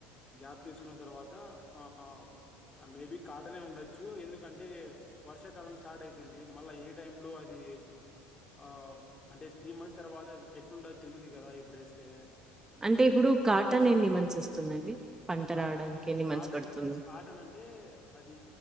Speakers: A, on the left; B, on the right.
A: గ్యాప్ తీసుకున్న తర్వాత ఆ ఆ మేబీ కాటనే ఉండొచ్చు ఎందుకంటే వర్షాకాలం స్టార్ట్ అయితుంది. మళ్ళా ఏ టైంలో అది ఆ అంటే త్రీ మంత్స్ తర్వాత ఎట్లుంటదొ తెలీదు కదా ఇప్పుడు వేస్తే
B: అంటే ఇప్పుడు కాటన్ ఎన్ని మంత్స్ వస్తుందండి పంట
A: కాట్
B: రావడానికి ఎన్ని
A: కాటన్
B: మంత్స్ పడుతుంది.
A: కాటన్ అంటే అది